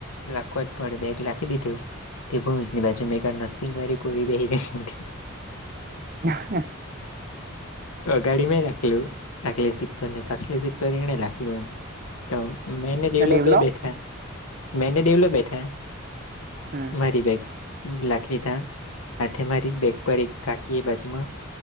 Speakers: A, on the left (about 80°); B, on the right (about 40°).
A: લખવા જ પડે બેગ લાખી દીધું. તે ભૂમિકની બાજુ માં એકાદ નરસિંગવારી પોરી બેહિ જાય.
B: હ હ.
A: ગાડીમાં રાખલું આટલી સીટ પરને પાછલી સીટ પર એને લખલું એમ તો મેને ડેલોપ
B: તો ડેવલો
A: બે બેઠા મેને દેવલા બેઠા
B: હમ
A: મારી બેગ લાખ લીતાા હાથે મારી બેગ પર એક કાકી બાજમાં